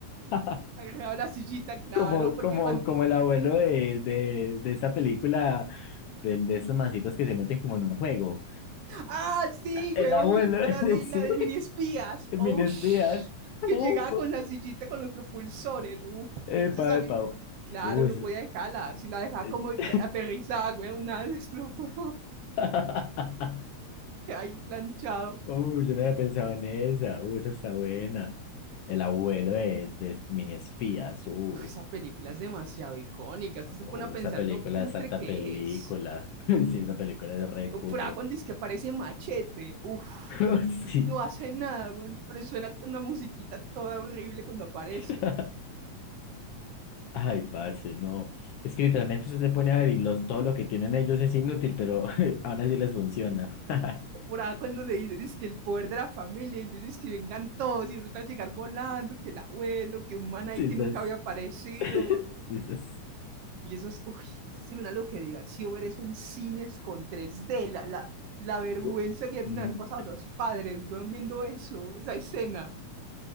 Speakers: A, on the left; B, on the right.
A: <laughs>
B: Agarraba la sillita, claro,
A: Como,
B: porque
A: como,
B: cuando.
A: como el abuelo de, de, de esa película, de, de esos mancitos que se meten como en un juego.
B: ¡Ah, sí,
A: El
B: weón!
A: abuelo,
B: La
A: <laughs>
B: de,
A: sí,
B: la de mini espías. ¡Oh,
A: Mines
B: sh-
A: Díaz.
B: Que
A: Uh,
B: llegaba con la sillita con los propulsores. Uf,
A: epa,
B: ese sabía.
A: epa.
B: Claro,
A: Uh,
B: no
A: es-
B: podía dejarla. Si la dejaba
A: es-
B: como que aterrizada, weón, nada se explotó. <laughs>
A: <laughs>
B: Que ahí planchado.
A: Uy, yo no había pensado en esa. Uy, esa está buena. El abuelo de, de Mini Espías. Uf,
B: Uf, esa película es demasiado icónica. Usted se
A: Uf,
B: pone a pensar
A: esa película
B: lo cutre
A: es alta
B: que
A: película.
B: es.
A: <laughs> Sí, esa película es re
B: No,
A: cutre.
B: pero ah, cuando dice que aparece Machete, uff,
A: <laughs> Sí.
B: no hace nada, weón, pero suena una musiquita toda horrible cuando aparece.
A: <laughs> Ay, parce, no. Es que literalmente usted se pone a ver y los, todo lo que tienen ellos es inútil, pero <laughs> aún así les funciona. <laughs>
B: O por ahí cuando le dicen es que el poder de la familia, y empiezan es que vengan todos y empiezan a llegar volando, que el abuelo, que un man ahí
A: Sí,
B: que
A: esas.
B: nunca había aparecido.
A: <laughs> Sí, esas.
B: Y eso es, uy, esto se me da lo que divertido ver eso en cines con 3D, la, la, la vergüenza
A: Uh,
B: que deben
A: Mm.
B: haber pasado los padres, weón, viendo eso, esa escena.